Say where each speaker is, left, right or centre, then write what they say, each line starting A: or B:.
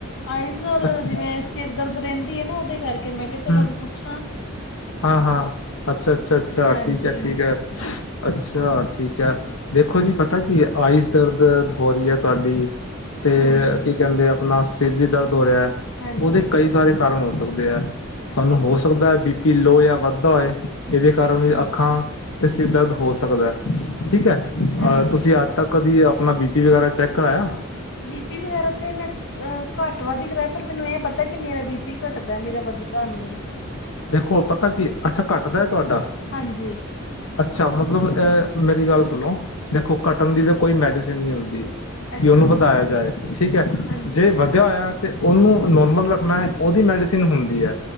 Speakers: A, on the left; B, on the left.
A: ਆਈਜ਼ ਔਰ
B: ਅੱਛਾ
A: ਜਿਵੇਂ ਸਿਰ ਦਰਦ ਰਹਿੰਦੀ ਹੈ ਨਾ ਉਹਦੇ ਕਰਕੇ ਮੈਂ ਕਿਹਾ ਚੱਲ
B: ਹੂੰ
A: ਅੱਜ ਪੁੱਛਾ
B: ਹਾਂ ਹਾਂ ਅੱਛਾ ਅੱਛਾ ਅੱਛਾ
A: ਹਾਂਜੀ
B: ਠੀਕ ਹੈ ਠੀਕ ਹੈ ਅੱਛਾ ਠੀਕ ਹੈ। ਦੇਖੋ ਜੀ ਪਤਾ ਕੀ ਹੈ, ਆਇਸ਼ ਦਰਦ ਹੋ ਰਹੀ ਹੈ ਤੁਹਾਡੀ ਤੇ
A: ਹਾਂਜੀ
B: ਕੀ ਕਹਿੰਦੇ ਆਪਣਾ ਸਿਰ ਵੀ ਦਰਦ ਹੋ ਰਿਹਾ ਹੈ।
A: ਹਾਂਜੀ
B: ਉਹਦੇ ਕਈ ਸਾਰੇ ਕਾਰਨ ਹੋ ਸਕਦੇ ਹੈ
A: ਅੱਛਾ
B: ਤੁਹਾਨੂੰ
A: ਜੀ
B: ਹੋ ਸਕਦੇ ਹੈ ਬੀ ਪੀ ਲੋਅ ਜਾਂ ਵੱਧਦਾ ਹੋਏ ਇਹਦੇ ਕਾਰਨ
A: ਅੱਛਾ
B: ਵੀ
A: ਜੀ
B: ਅੱਖਾਂ ਤੇ ਸਿਰ ਦਰਦ ਹੋ ਸਕਦਾ ਹੈ ਠੀਕ ਹੈ। ਅ
A: ਹਾਂਜੀ
B: ਤੁਸੀਂ ਅੱਜ ਤੱਕ ਕਦੀ ਆਪਣਾ ਬੀ ਪੀ ਵਗੈਰਾ ਚੈੱਕ ਕਰਾਇਆ?
A: ਬੀ ਪੀ ਵਗੈਰਾ ਤਾਂ ਮੈਂ। ਅਹ ਘੱਟ ਵੱਧ ਈ ਕਰਾਇਆ ਪਰ ਮੈਨੂੰ ਇਹ ਪਤਾ ਕਿ ਮੇਰਾ ਬੀ ਪੀ ਘੱਟਦਾ ਮੇਰਾ ਵੱਧਦਾ ਨਹੀਂ ਹੈ।
B: ਦੇਖੋ ਪਤਾ ਕੀ, ਅੱਛਾ ਘੱਟਦਾ ਹੈ ਤੁਹਾਡਾ।
A: ਹਾਂਜੀ
B: ਅੱਛਾ ਮਤਲਬ ਮੇਰੀ ਗੱਲ ਸੁਣੋ ਦੇਖੋ। ਘੱਟਨ ਦੀ ਤਾਂ ਕੋਈ ਮੈਡੀਸਿਨ ਨਹੀਂ ਹੁੰਦੀ।
A: ਅੱਛਾ
B: ਕਿ ਉਹਨੂੰ
A: ਜੀ
B: ਵਧਾਇਆ ਜਾਏ ਠੀਕ ਹੈ।
A: ਹਾਂਜੀ
B: ਜੇ ਵਧਿਆ ਹੋਇਆ। ਤਾਂ ਉਹਨੂੰ ਨੋਰਮਲ ਰੱਖਣਾ ਹੈ। ਉਹਦੀ ਮੈਡੀਸਿਨ ਹੁੰਦੀ ਹੈ